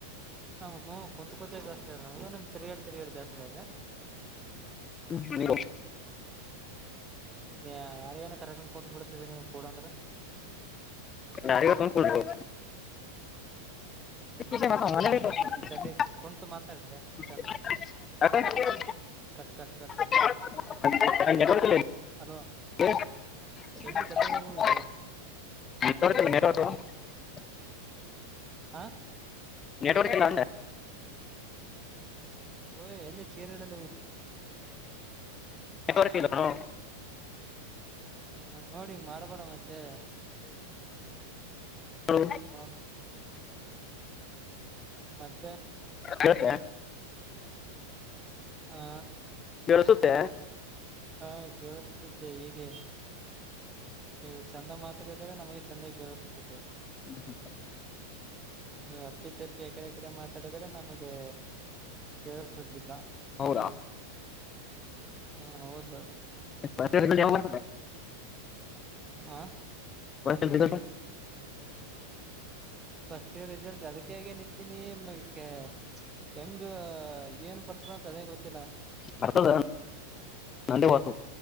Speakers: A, on the right; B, on the left.
A: ನಮ್ಗೂ ಕುಂತತ್ ಕುಂತ ಬೇಸ್ಲದೆ ನಮಗ ನಿಮ್ <inaudible> ತಿಗಡಿ ಬೇಸ್ಲ ಇದೆ
B: ಹ್ಮ
A: ಯಾರ ಏನ ಕರೆಕೊಂಡ್ ಕುತ್ ಬಿಡ್ತಿದೆ ನೀವ ಕಡ ಅಂದ್ರ
B: ನಾರಗ ತಂದ್ಕೊಳ್ಬೋದು <unintelligible> ನ
A: ಹ್ಮ್ ಒಂದ್ ತಲಿ
B: ಹ
A: ಕುಂತು ಮಾತಾಡ್ಲೆ ಚಂದ
B: <unintelligible>
A: ಕಟ್ ಕಟ್ ಕಟ್ ಬರ
B: ಅದ
A: ಅಲೋ
B: <inaudible>
A: ಎಲ್ಲಿ ಗದ್ದಲದಾಗ ಹೋಗಿದ್ದು
B: ಮತನ್ನರತ
A: ಆ
B: ನೆಟ್ವರ್ಕ್ಲ್ಲಂದೆ
A: ಓಯ್ ಎಲ್ಲ ಚೀರೆಲ್ಲೆಲ್ಲ ಹಿದ್ದಲ್ಲ
B: ಎಫೀಲ್ಣೋ
A: ಹ್ಮ ನೋಡಿ ಮಾಡಬೇಡ ಮತ್ತೆ
B: ಹ
A: ಹ್ಮ್ ಮತ್ತೆ
B: ಹತ್ತ
A: ಹಾ
B: ಬೆಳಸುತ್ತೆ
A: ಹಾ ಕೇಳಿಸ್ತಿದ್ದೆ ಹೀಗೆ ನೀವು ಚಂದ ಮಾತ್ರ ನಮಗೆ ಚೆಂದಾಗಿ ಬೆಳಿಸಸ್ತತಿ
B: ಹ್ಮ್ ಹ್ಮ
A: ನೀವು ಅಪ್ಪಿ ತಪ್ಪಿ ಎಕಡೆ ಎ ಕಡೆ ಮಾತಾಡಿದರೆ ನಮಗೆ ಕೇಳಸುದಿಲ್ಲ
B: ಹೌರಾ
A: ಹಾ ಹೌದು
B: ಯ
A: ಹಾ
B: ವಸಡದ
A: ಫಸ್ಟ್ ಇರ್ ರಿಸಲ್ಟ್ ಅದಕ್ಕೆ ಏನಂತೀನಿ ಮಕ್ಕೆ ಹೆಂಗ ಏನ್ ಬರ್ತದ ಅದ ಗೊತ್ತಿಲ್ಲ
B: ಬರ್ತದ ನೇ ಹೊತ